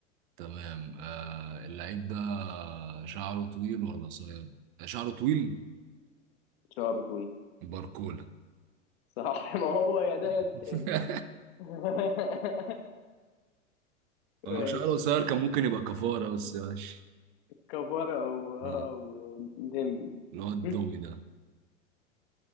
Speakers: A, on the right (about 40°); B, on the left (about 50°).
A: تمام آه، اللعيب ده شعره طويل ولا قصير؟ آه، شعره طويل
B: شعره طويل
A: باركولا
B: صح <laughs> ما هو يا ده يا
A: <laughs>
B: التاني <laughs>
A: لو
B: ماشي
A: شعره قصير كان ممكن يبقى كفارة بس ماشي
B: كفارة او
A: آه،
B: او ديمبلي
A: اللي هو الدوبي
B: <laughs>
A: ده